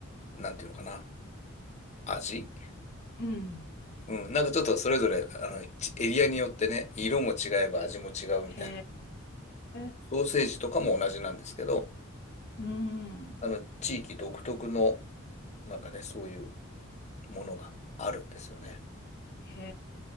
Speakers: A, on the left (about 35°); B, on the left (about 50°).
A: なんていうのかな、味
B: うん、うん。
A: うん、なんかちょっとそれぞれ、あの、ちエリアによってね、色も違えば味も違うみたいな。
B: へえ、
A: ソーセージとかも同じなんですけど、
B: うん、
A: あの、地域独特の、なんかね、そういうものがあるんですよね。
B: へ